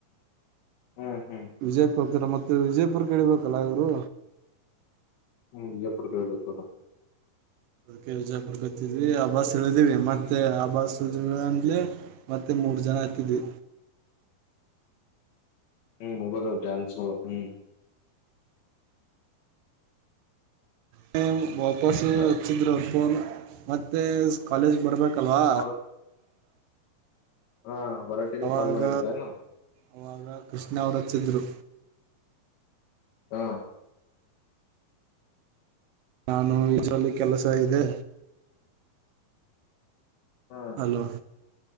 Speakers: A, on the left (about 90°); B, on the right (about 75°).
A: ಹ್ಮ್ ಹ್ಮ್ ಹ್ಮ್
B: ವಿಜಯಪುರಕಿನ್ ಮೊದ್ಲ ಇದು ವಿಜಯಪುರಕ ಇಳಿಬೇಕಲ್ಲ ಇವರು.
A: ಹ್ಮ ವಿಜಾಪುರಕ ಇಳಿಬೇಕ ಅವರ್.
B: ಕೆಲ್ಸಾ ಹುಡ್ಕತಿದ್ವಿ ಅ ಬಸ್ ಇಳಿದಿವಿ ಮತ್ತೆ ಅ ಬಸ್ <unintelligible> ಅಂತ್ಲೇ ಮತ್ತೆ ಮೂರ್ ಜನ ಹತಿದ್ವಿ.
A: ಹ್ಮ್ <unintelligible> ಹ್ಮ್
B: ಹ್ಮ ವಾಪಸ್ಸು
A: ಹ
B: ಹಚ್ಚಿದ್ರ ಅವರ್ ಫೋನ್. ಮತ್ತೆ ಕಾಲೇಜ್ ಬರ್ಬೇಕ ಕಲವಾ.
A: ಅವ್ರ ಹಾ ಬರೋ ಟೈಮಿಗೆ
B: ಅವಾಗ
A: ಕಾಲ್ ಮಾಡಿದ್ರ ಏನು
B: ಅವಾಗ ಕೃಷ್ಣ ಅವ್ರು ಹಚ್ಚಿದ್ರು.
A: ಹಾ
B: ನಾನು ಈಜೋಲ್ಲಿ ಕೆಲಸ ಇದೆ.
A: ಹಾ
B: ಹಲೋ